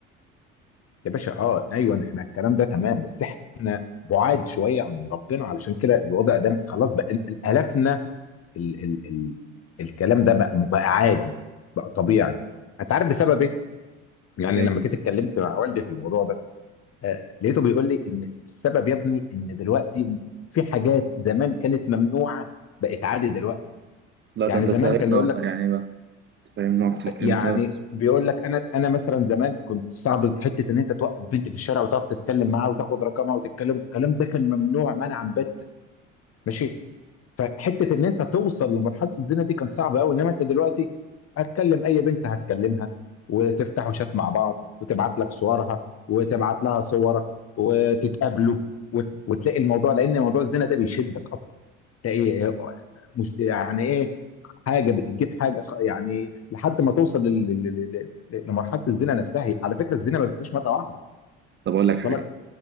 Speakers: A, on the left (about 40°); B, on the right (about 30°).
A: يا باشا اه ايوه احنا الكلام ده تمام بس احنا بعاد شويه عن ربنا علشان كده الوضع ده خلاص بقى ال- ال- الافنا ال ال ال الكلام ده بقى بقى عادي بقى طبيعي انت عارف بسبب ايه؟ يعني
B: إيه
A: لما جيت اتكلمت مع والدي في الموضوع ده آه لقيته بيقول لي ان السبب يا ابني ان دلوقتي في حاجات زمان كانت ممنوعه بقت عادي دلوقتي
B: لا
A: يعني
B: ده أنت
A: زمان
B: تفهمنا
A: كان يقول
B: أكتر
A: لك
B: يعني إيه بقى تفهمنا أكتر إيه
A: يعني
B: ده؟
A: بيقول لك انا انا مثلا زمان كنت صعب حته ان انت توقف بنت في الشارع وتقف تتكلم معاها وتاخد رقمها وتتكلم الكلام ده كان ممنوع منعا باتا ماشي فحته ان انت توصل لمرحله الزنا دي كان صعب قوي انما انت دلوقتي هتكلم اي بنت هتكلمها وتفتحوا شات مع بعض وتبعت لك صورها وتبعت لها صورك وتتقابلوا وت- وتلاقي الموضوع لان موضوع الزنا ده بيشدك اصلا تلاقي آه، مش يعني ايه حاجه بتجيب حاجه خ- يعني لحد ما توصل لل- لل- لل- لل- لمرحله الزنا نفسها هي- على فكره الزنا ما بيجيش مره واحده
B: طب أقول لك
A: وصل
B: حاجة
A: لك